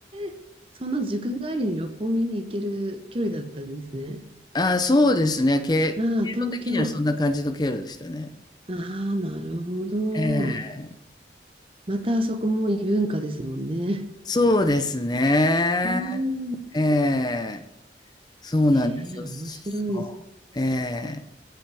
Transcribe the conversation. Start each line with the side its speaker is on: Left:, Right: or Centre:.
Right: えそんな塾帰りに六本木に行ける距離だったんですね。
Left: ああ、そうですね。経、経路的にはそんな感じの経路でしたね。
Right: ああ、東京。ああ、なるほど。
Left: ええ。
Right: またあそこも異文化ですもんね。
Left: そうですね。
Right: うん。
Left: ええ。そうなんですよ。
Right: ええ面白い。
Left: そう。ええ。